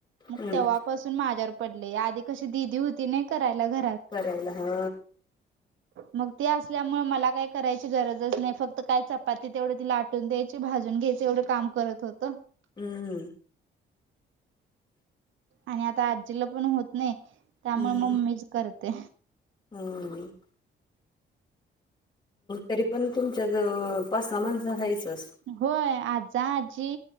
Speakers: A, on the right; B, on the left.
A: मग
B: हम्म,
A: तेव्हापासून माझ्यावर पडले, आधी कशी दिीदी होती नाही करायला घरात.
B: करायला, हा
A: मग ते असल्यामुळे मला काही करायची गरजच नाही फक्त कायच चपाती तेवढं ति लाटून द्यायची, भाजून घ्यायच एवढं काम करत होतं.
B: हम्म
A: आणि आता आजीला पण होत नाही त्यामुळे
B: हम्म
A: मम ममीच करते
B: हम्म तरी पण तुमच्या ज पाच स माणसं घ्यायच असतं
A: होय आजा आजी